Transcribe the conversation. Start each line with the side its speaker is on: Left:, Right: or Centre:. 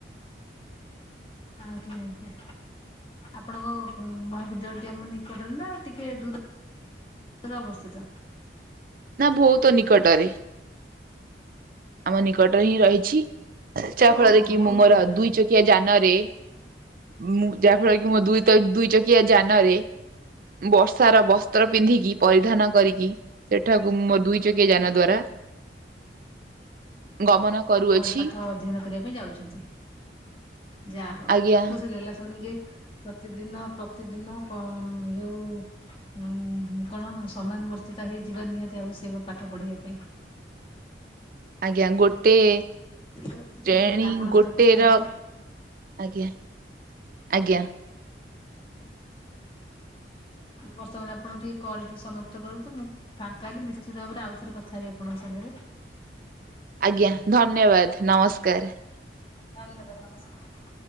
Left: ଆଜ୍ଞା ଆଜ୍ଞା ଆପଣଙ୍କ ମହାବିଦ୍ୟାଳୟଟି ଆମ ନିକଟରେ ନା ଟିକିଏ ଦୂର ଅବସ୍ଥିତ।
Right: ନା ବହୁତ ନିକଟରେ? ଆମ ନିକଟରେ ହିଁ ରହିଛି, ଯାହା ଫଳରେ
Left: ଓହୋ
Right: କି
Left: ବହୁତ
Right: ମୁଁ ମୋର
Left: ନିକଟରେ
Right: ଦୁଇ ଚକିଆ ଯାନରେ ମୁଁ ଯାହାଫଳ କି ମୋ ଦୁଇ ତକି ଦୁଇ ଚକିଆ ଯାନରେ ବର୍ଷାର ବସ୍ତ୍ର ପିନ୍ଧିକି, ପରିଧାନ କରିକି ସେଠାକୁ ମୋ ଦୁଇ ଚକିଆ ଯାନ ଦ୍ୱାରା ଗମନ କରୁଅଛି
Left: ପଢ ପାଠ ଅଧ୍ୟୟନ କରିବା ପାଇଁ ଯାଉଛନ୍ତି। ଯାହା ହଉ,
Right: ଆଜ୍ଞା
Left: ଖୁସି ଲାଗିଲା ଶୁଣିକି ଯେ ପ୍ରତିଦିନ, ପ୍ରତିଦିନ ଅ ଯୋଉ ହଁ କଣ, ସମାନୁବର୍ତ୍ତିତ ହେଇଯିବା, ନିହାତି ଆବଶ୍ୟକ, ପାଠ ପଢିବା ପାଇଁ।
Right: ଆଜ୍ଞା। ଗୋଟେ ଶ୍ରେଣୀ,
Left: ବହୁତ ଖୁସି ଲାଗିଲା ଆପଣଙ୍କ
Right: ଗୋଟେ
Left: ସାଙ୍ଗେ କଥା
Right: ର
Left: ହେଇ
Right: ଆଜ୍ଞା, ଆଜ୍ଞା।
Left: ବର୍ତ୍ତମାନ ଆପଣ ଟିକେ କଲ୍ ଟିକେ ସମାପ୍ତ କରନ୍ତୁ। ମୁଁ ଫାଙ୍କା ହେଲେ, ନିଶ୍ଚିିତ ଭାବରେ ଆଉ ଥରେ କଥା ହେବି ଆପଣଙ୍କ ସାଙ୍ଗରେ।
Right: ଆଜ୍ଞା ଧନ୍ୟବାଦ ନମସ୍କାର।
Left: ଧନ୍ୟବାଦ ନମସ୍କାର।